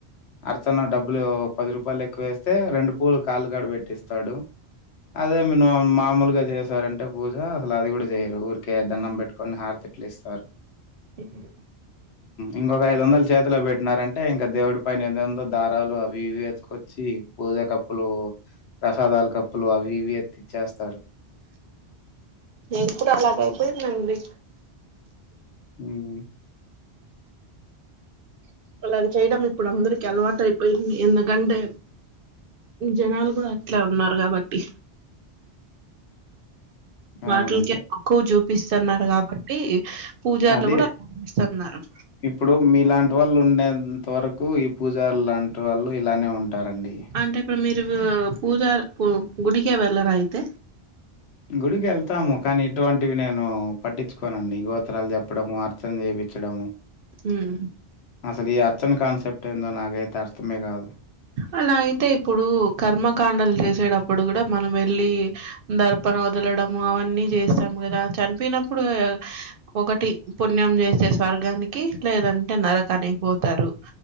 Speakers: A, on the left; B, on the right.
A: అర్చన డబ్బులు ఒక పది రూపాయలు ఎక్కువ ఎస్తే రెండు పూల్ కాలుగాడ పెట్టిస్తాడు అదే మీరు మామూలుగా చేశారంటే పూజ అసలు అది కూడా చేయరు ఊర్ కే దణ్ణం పెట్టుకొని హారతి ఇట్ల ఇస్తారు
B: ఎళ్ళు
A: ఇంకొక ఐదు వందలు చేతిలో పెట్టినారంటే ఇంకా దేవుడి పైన ఎదెందో దారాలు అవి ఇది ఎత్తుకొచ్చి పూజ కప్పులు ప్రసాదాలు కప్పులు అవి ఇవి ఎత్తిచ్చేస్తారు.
B: ఇప్పుడు అలాగయిపోయిదండి
A: హ్మ్
B: అలా చేయడం ఇప్పుడు అందరికిీ అలవాట అయిపోయింది ఎందుకంటే జనాలు కూడా అట్లే ఉన్నారు కాబట్టి వాటిల్కేఎక్కువ
A: అవునండి.
B: చూపిస్తున్నారు కాబట్టి పూజార్లు
A: అదే
B: కూడా ఇస్తన్నారు
A: ఇప్పుడు మీలాంటి వాళ్ళు ఉండేంత వరకు కు ఈ పూజర్లాంటి వాళ్ళు ఇలానే ఉంటారండి
B: అంటే ఇప్పుడు మీరు పూజ గుడికే వెళ్ళర అయితే
A: గుడికి ఎళ్తాము కానీ ఇటువంటివి నేను పట్టించుకోనండి గోత్రాలు చెప్పడము అర్చన చేయ పించడము
B: ఉమ్
A: అసలు ఈ అర్చన కాన్సెప్ట్ ఏందో నాకైతే అర్థమే కాదు
B: అలా అయితే ఇప్పుడు కర్మకాండలు చేసేటప్పుడు కూడా మనం వెళ్ళి దర్ ర్పన వదలడము అవన్నీ చేస్తాము కదా చనిపోయినప్పుడు ఒకటి పుణ్యం చేస్ స్వర్గానికి లేదంటే నరకానికి పోతారు